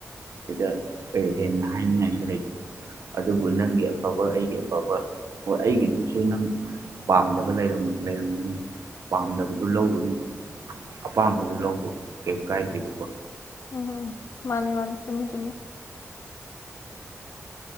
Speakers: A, on the right; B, on the left.
A: ꯁꯤꯗ ꯀꯔꯤ ꯍꯦꯟꯅ ꯍꯥꯏꯅꯤꯡꯉꯥꯏꯁꯨ ꯂꯩꯇꯦ ꯑꯗꯨꯕꯨ ꯅꯪꯒꯤ ꯑꯐꯕ ꯑꯩꯒꯤ ꯑꯐꯕ ꯍꯣꯏ ꯑꯩꯒꯤꯗꯨꯁꯨ ꯅꯪ ꯄꯥꯝꯗꯕ ꯂꯩꯔꯝꯒꯅꯤ ꯄꯥꯝꯗꯕꯗꯨ ꯂꯧꯔꯨꯅꯤ ꯑꯄꯥꯝꯕꯗ ꯂꯧꯕ ꯀꯩꯝ ꯀꯥꯏꯗꯦꯕꯀꯣ
B: ꯎꯝ ꯎꯝ ꯃꯥꯅꯤ ꯃꯥꯅꯤ ꯆꯨꯝꯃꯤ ꯆꯨꯝꯃꯤ